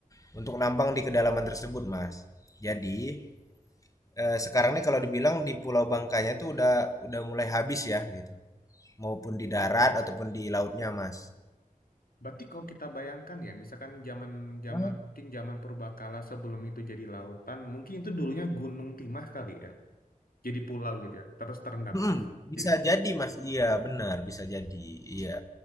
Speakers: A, on the left; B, on the left.
A: untuk nambang di kedalaman tersebut, Mas. Jadi, eee, sekarang nih kalau dibilang di Pulau Bangkanya tuh udah udah mulai habis ya gitu, maupun di darat ataupun di lautnya, Mas.
B: Berarti kalau kita bayangkan ya, misalkan zaman zaman
A: Oh,
B: mungkin zaman purbakala sebelum itu jadi lautan, mungkin itu dulunya Gunung Timah kali ya, jadi pulau gitu ya, terus terendam
A: Mhm,
B: air.
A: bisa
B: Jadi,
A: jadi, Mas. Iya, benar, bisa jadi, iya.